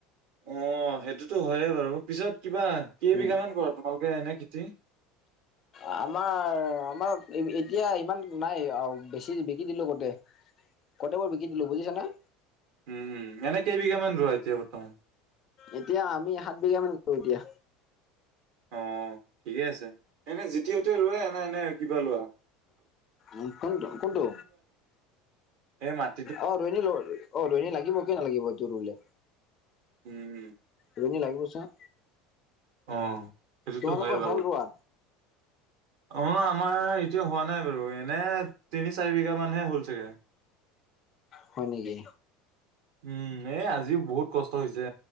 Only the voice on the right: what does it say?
অ সেইটোতো হয়য়ে বাৰু, পিছত কিবা কেইবিঘা
মান কৰা তোমালোকে এনে খেতি। <inaudible>
<inaudible>
উম, উম, এনেই কেই বিঘামান ৰোৱা এতিয়া বৰ্তমান।
অ, ঠিকেই আছে, এনে জিতি হতে ৰোৱে, নে নে কিবা লোৱা।
এ মাত।
উম' উম '।
অ। সেইটোতো
হয় বাৰু
অ, আমাৰ এতিয়া হোৱা নাই বাৰু, এনে তিনি চাৰি বিঘা মানহে হ'ল চাগে।
উম, এ, আজিও বহুত কষ্ট হৈছে